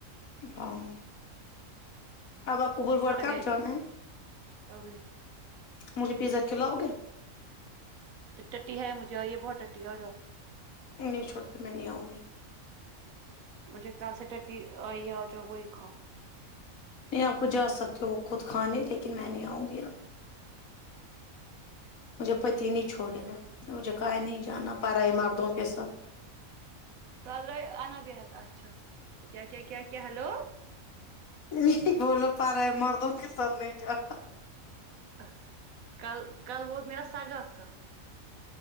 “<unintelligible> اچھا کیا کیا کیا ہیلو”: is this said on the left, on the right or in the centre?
Right